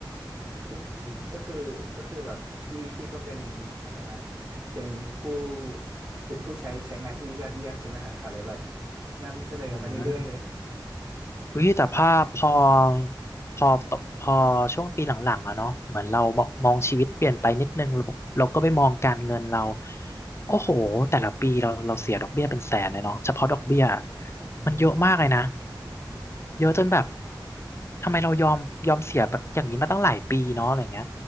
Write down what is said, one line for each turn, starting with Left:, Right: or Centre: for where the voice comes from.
Right: ก็
Left: อืม
Right: ก็คือก็คือแบบพี่พี่ก็เป็นอะไรนะเป็นผู้เป็นผู้ใช้ใช้งานที่ยอดเยี่ยมใช่ไหมฮะเขาเลยแบบนำเสนอมาเรื่อยๆเลย
Left: อืม เฮ้ยแต่ภาพพอพอตกพอช่วงปีหลังๆอะเนาะเหมือนเรามองชีวิตเปลี่ยนไปนิดนึงเราบอกเราก็ไปมองการเงินเราโอ้โหแต่ละปีเราเราเสียดอกเบี้ยเป็นแสนเลยเนาะเฉพาะดอกเบี้ย
Right: อื
Left: มันเยอะมากเลยนะ
Right: ม อ๋อ
Left: เยอะจนแบบทำไมเรายอมยอมเสียแบบอย่างนี้มาตั้งหลายปีเนาะอะไรเงี้ย